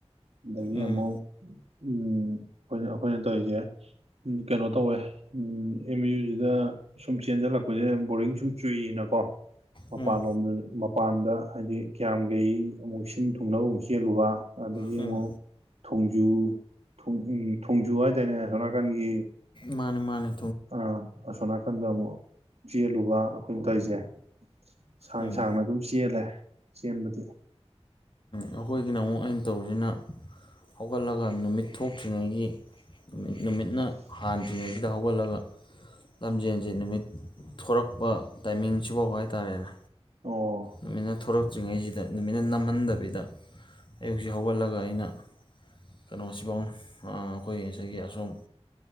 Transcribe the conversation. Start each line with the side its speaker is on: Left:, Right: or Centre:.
Right: ꯑꯗꯒꯤ
Left: ꯎꯝ
Right: ꯑꯃꯨꯛ ꯎꯝ ꯑꯩꯈꯣꯏꯅ ꯑꯩꯈꯣꯏꯅ ꯇꯧꯔꯤꯁꯦ ꯀꯅꯣ ꯇꯧꯋꯦ ꯎ ꯑꯦꯝ ꯌꯨꯖꯤꯗ ꯁꯨꯝ ꯆꯦꯟꯖꯜꯂꯛꯄ ꯕꯣꯔꯤꯡ ꯁꯨꯝ ꯆꯨꯏꯌꯦꯅꯀꯣ ꯃꯄꯥꯟꯂꯣꯝꯗ
Left: ꯎꯝ
Right: ꯃꯄꯥꯟꯗ ꯍꯥꯏꯗꯤ ꯀꯌꯥꯝꯒꯩ ꯑꯃꯨꯛ ꯁꯤꯟ ꯊꯨꯡꯅꯕ ꯑꯃꯨꯛ ꯆꯦꯜꯂꯨꯕ ꯑꯗꯒꯤ
Left: ꯎꯝ
Right: ꯑꯃꯨꯛ ꯊꯣꯡꯖꯨ ꯊꯣꯡ ꯎ ꯊꯣꯡꯖꯨ ꯍꯥꯏꯗꯥꯏꯅꯦ ꯑꯁꯣꯝꯅꯥꯀꯟꯒꯤ
Left: ꯃꯥꯅꯤ ꯃꯥꯅꯦ
Right: ꯑꯥ ꯑꯁꯣ ꯅꯥꯀꯟꯗ ꯑꯃꯨꯛ ꯆꯦꯜꯂꯨꯕ ꯄꯨꯡꯇꯣꯏꯁꯦ ꯁꯥꯡ
Left: ꯎꯝ
Right: ꯁꯥꯡꯅ ꯑꯗꯨꯝ ꯆꯦꯜꯂꯦ ꯆꯦꯟꯕꯗꯤ
Left: ꯎ ꯑꯈꯣꯏꯒꯤꯅ ꯑꯃꯨꯛ ꯑꯩꯅ ꯇꯧꯕꯁꯤꯅ ꯍꯧꯒꯠꯂꯒ ꯅꯨꯃꯤꯠ ꯊꯣꯛꯇ꯭ꯔꯤꯉꯩꯒꯤ ꯅꯨꯃꯤꯠ ꯅꯨꯃꯤꯠꯅ ꯍꯥꯟꯗ꯭ꯔꯤꯉꯩꯁꯤꯗ ꯍꯧꯒꯠꯂꯒ ꯂꯝꯖꯦꯟꯁꯤ ꯅꯨꯃꯤꯠ ꯊꯣꯔꯛꯄ ꯇꯥꯏꯃꯤꯡꯁꯤꯐꯥꯎ ꯍꯥꯏꯇꯥꯔꯦꯅꯦ
Right: ꯑꯣ
Left: ꯅꯨꯃꯤꯠꯅ ꯊꯣꯔꯛꯇ꯭ꯔꯤꯉꯩꯁꯤꯗ ꯅꯨꯃꯤꯠꯅ ꯅꯝꯍꯟꯗꯕꯤꯗ ꯑꯌꯨꯛꯁꯤ ꯍꯧꯒꯠꯂꯒ ꯑꯩꯅ ꯀꯩꯅꯣꯁꯤꯐꯥꯎ ꯑꯩꯈꯣꯏ ꯉꯁꯥꯏꯒꯤ ꯑꯁꯣꯝ